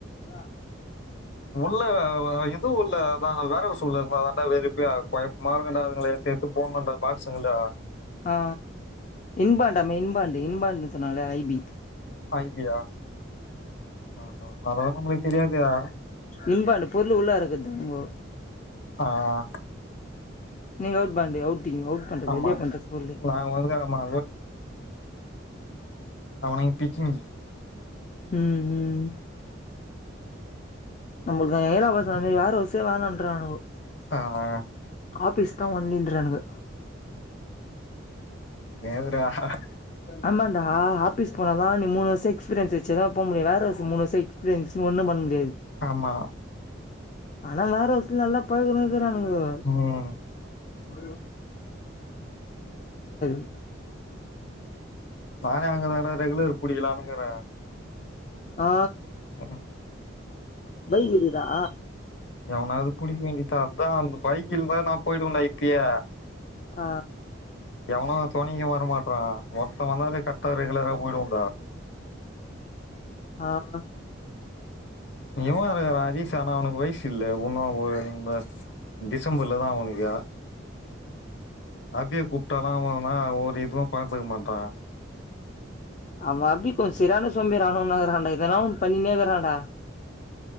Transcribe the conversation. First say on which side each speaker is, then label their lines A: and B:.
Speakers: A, on the left; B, on the left.
A: ம்
B: உள்ள எதுவும் உள் வேற சூழ் அதண்டறுண்ட போ வெறுப்பே அவ்து குழப்பமா இருக்கு டா அத எடுத்து எடுத்து போடணும் டா சொல்டா
A: ஆ இன்பாண்டாமே இன்பாண்டு இன்பாண்டுன்னு சொன்னாங்களே ஐபி
B: ஐடியா ஆ அதூனு ந சரியாகையா
A: இன்பாண்டு பொருள் உள்னா இருக்குது உங்க
B: ஆஹ்
A: நீங்க அவுட் பாண்டி அவுட் தீங்க அவுட் பண்றது
B: ஆமா
A: வெளியே பண்றது பொருள்
B: நாங்க வந்து ஆமா அவுனுங்க பிச் <unintelligible>
A: ம் ம் நம்புல்து ஏரியா பசங்க மேரி வேர் ஹௌஸ்சே வேனான்றுனாங்க
B: ஆஹ்
A: ஆபீஸ் இத்தா ஒன்னிலின்றானுங்க
B: தேவுடா ஹா ஹா
A: ஆமாண்டா ஆபிஸ் போனதான் நீ மூணு வருஷ எக்ஸ்பீரியன்ஸ் வச்சுதான் போ முடியும் வேர்ஹௌஸ் மூணு வருஷம் எஸ்பீரியன்ஸ் வச்சி ஒன்னும் பண்ண முடியாது
B: ஆமா
A: அதான் வேற்ஹௌஸ்ல நல்லா பழகறோ க்கிறானுங்கோ
B: ம்
A: ஒரு <unintelligible>
B: நானே அங்கதாண்டா ரெகுலர் புடிலான்னுக்கிற
A: ஆ
B: ஹஹூம்
A: பைக் இருக்குதா
B: எவனாவது குடிக்க வேண்டியதுதா அதா அந்த பைக் இருந்தா நான போயிடு வேண்டா இப்பியே
A: ஹ
B: எவனோ தொணையோ வரமாட்றான் ஒர்தன் வந்தாலே கர்டா ரெகுலரா போய்டுவோன்டா
A: ஆஹ
B: இவ அருக்குறா அரிஷா ஆனா அவனக்கு வயசு இல்லை ஒன்னும் ஒரு இந்த டிசம்பர்ல தான் அவனுக்கு அபிய கூப்டாலோ அவன் தான் ஒரு இதுவும் பாத்துக்க மாட்றான்
A: அவ அபி கொஞ்ச செரியான சோம்பேறியாணவன இருக்காண்டா எதனா ஒன்னு பன்னிக்குனே இருக்கறாடா